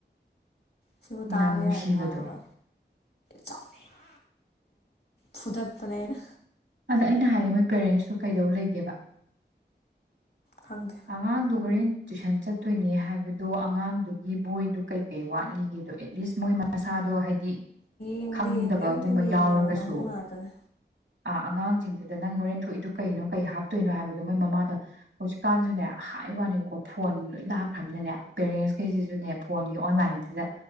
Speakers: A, on the left (about 60°); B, on the right (about 80°).
A: ꯁꯤꯕꯨ ꯇꯥꯕ
B: ꯌꯥꯝ ꯅꯨꯡꯁꯤꯕꯗꯣ
A: ꯌꯥꯔꯤꯕ ꯋꯥꯔꯕ ꯁꯥꯎꯅꯤꯡꯕ ꯐꯨꯗꯠꯄꯅꯦ ꯑꯩꯅ
B: ꯑꯗ ꯑꯩꯅ ꯍꯥꯏꯔꯦ ꯃꯣꯏ ꯄꯦꯔꯦꯟꯁꯇꯣ ꯀꯩꯗꯧ ꯂꯩꯒꯦꯕ
A: ꯈꯪꯗꯦ
B: ꯑꯉꯥꯡꯗꯣ ꯍꯣꯔꯦꯟ ꯇꯨꯏꯁꯟ ꯆꯠꯇꯣꯏꯅꯦ ꯍꯥꯏꯕꯗꯣ ꯑꯉꯥꯡꯗꯨꯒꯤ ꯕꯣꯏꯗꯨ ꯀꯩꯀꯩ ꯋꯥꯠꯂꯤꯒꯦꯗꯣ ꯑꯦꯠꯂꯤꯁ ꯃꯣꯏ ꯃꯁꯥꯗꯣ ꯍꯥꯏꯗꯤ ꯗꯤ
A: ꯌꯦꯡꯗꯦ
B: ꯈꯪꯗꯕꯒꯨꯝꯕ
A: ꯌꯦꯡꯗꯦ ꯑꯝꯇ ꯌꯦꯡꯗꯕ
B: ꯌꯥꯎꯔꯒꯁꯨ
A: ꯀꯥꯡꯕꯨ ꯉꯥꯛꯇꯅꯦ
B: ꯑꯥ ꯑꯉꯥꯡ ꯁꯤꯡꯗꯨꯗ ꯅꯪ ꯍꯣꯔꯦꯟ ꯊꯣꯛꯏꯗꯨꯣ ꯀꯩꯅꯣ ꯀꯩ ꯍꯥꯞꯇꯣꯏꯅꯣ ꯍꯥꯏꯕꯗꯣ ꯃꯣꯏ ꯃꯃꯥꯗ ꯍꯧꯖꯤꯛ ꯀꯥꯟꯁꯨꯅꯦ ꯍꯥꯏ ꯋꯥꯅꯦꯀꯣ ꯐꯣꯟ ꯂꯣꯏ ꯂꯥꯛꯈ꯭ꯔꯕꯅꯤꯅꯅꯦ ꯄꯦꯔꯦꯟꯁ ꯈꯩꯁꯤꯁꯨꯅꯦ
A: ꯎꯝ
B: ꯐꯣꯟ ꯑꯣꯟꯂꯥꯏꯟꯁꯤꯗ